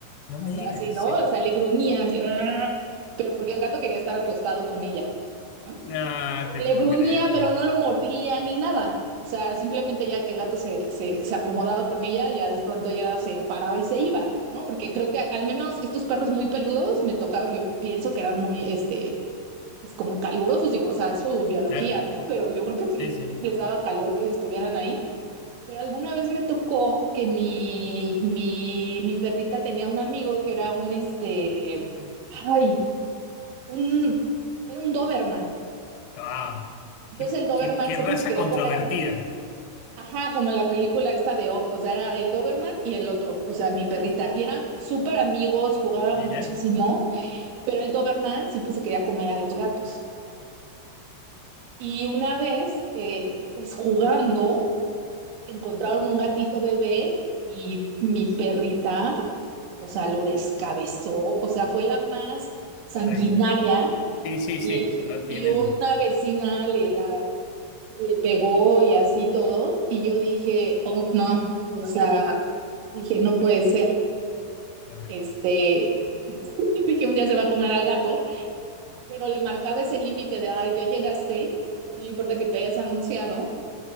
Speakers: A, on the left; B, on the right.
A: No
B: cuando
A: me digas,
B: así, ¿no?
A: sí.
B: O sea, le gruñía así, "Arr", pero porque el gato quería estar acostado con ella. ¿no?
A: No,
B: Le
A: te puedo
B: gruñía,
A: creer.
B: pero no lo mordía ni nada. O sea, simplemente ya que el gato se, se, se acomodaba con ella, ya de pronto ya se paraba y se iba, ¿no? Porque creo que al menos estos perros muy peludos me tocaba, yo pienso que eran muy, este, pues como calurosos, digo, o sea, es su biología,
A: Claro,
B: ¿no? Pero yo creo que sí
A: sí, sí.
B: les daba calor que estuvieran ahí. Pero alguna vez me tocó que mi, mi, mi perrita tenía un amigo que era un, este, ay, un, era un Doberman.
A: Ah,
B: Entonces
A: qué,
B: el Doberman
A: qué- qué
B: siempre
A: raza
B: se quería
A: controvertida.
B: comer a Ajá, como la película esta de Op, o sea, era el Doberman y el otro, o sea, mi perrita, y eran súper amigos, jugaban
A: Mirá.
B: muchísimo, pero el Doberman siempre se quería comer a los gatos. Y una vez, eh, pues jugando, encontraron un gatito bebé y mi perrita, o sea, lo descabezó, o sea, fue la más sanguinaria
A: Ay, Sí, sí, sí.
B: y,
A: No tienen.
B: y una vecina le ah, le pegó y así todo, y yo dije, oh, no, o sea, dije, no puede ser,
A: Claro,
B: este, <laughs> dije, un día se va a comer al gato, pero le marcaba ese límite de, ay, ya llegaste, no me importa que te hayas anunciado,